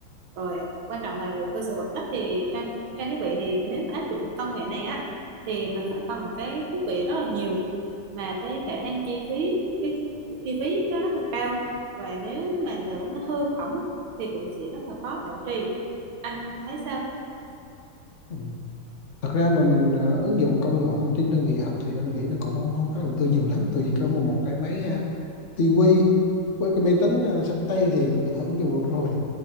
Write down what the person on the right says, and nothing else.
rồi quan trọng là về cơ sở vật chất thì trang trang thiết bị thì nếu mà áp dụng cái công nghệ này á thì mình phải cần cái thiết bị rất là nhiều mà cái khả năng chi phí cái, cái chi phí nó rất là cao và nếu mà nữa nó hư hỏng á, thì cũng sẽ rất là khó bảo trì anh thấy sao